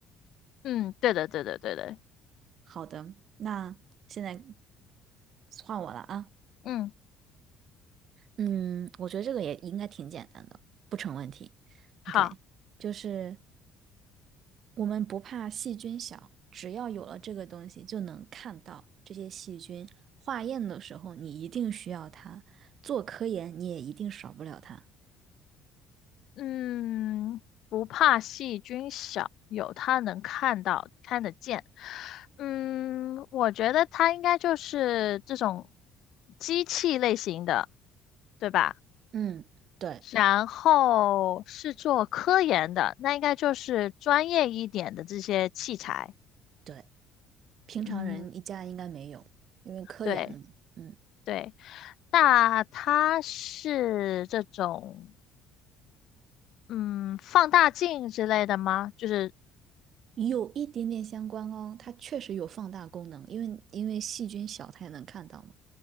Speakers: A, on the left; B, on the right.
A: 嗯，对的，对的，对的。
B: 好的，那现在换我了啊。
A: 嗯，
B: 嗯，我觉得这个也应该挺简单的，不成问题。
A: 好，
B: OK，就是。我们不怕细菌小，只要有了这个东西，就能看到这些细菌。化验的时候，你一定需要它；做科研，你也一定少不了它。
A: 嗯，不怕细菌小，有它能看到、看得见。嗯，我觉得它应该就是这种机器类型的，对吧？
B: 嗯，对
A: 然后是做科研的，那应该就是专业一点的这些器材。
B: 对，平常人一家应该没有，
A: 嗯，
B: 因为科研的嘛。
A: 对
B: 嗯，
A: 对。那它是这种嗯，放大镜之类的吗？就是
B: 有一点点相关哦，它确实有放大功能，因为因为细菌小，它也能看到嘛。